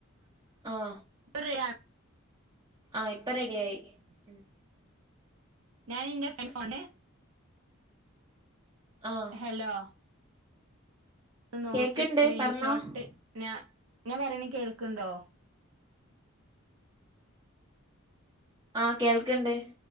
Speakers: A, on the right (about 20°); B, on the right (about 80°).
A: ആഹ്
B: ത്രയ <unintelligible>
A: ആഹ് ഇപ്പെ റെട്യായി ഉം.
B: ഞാന് ഇന്റെ ഫോണ്ട്.
A: ആഹ്.
B: ഹലോ.. നോക്കിയ
A: കേക്ക്ണ്ട്
B: സ്ക്രീൻഷോട്ട്
A: പറഞ്ഞോ
B: ഞാ ഞാൻ പറയണ കേൾക്കണ്ടോ
A: ആ കേൾക്കണ്ട്.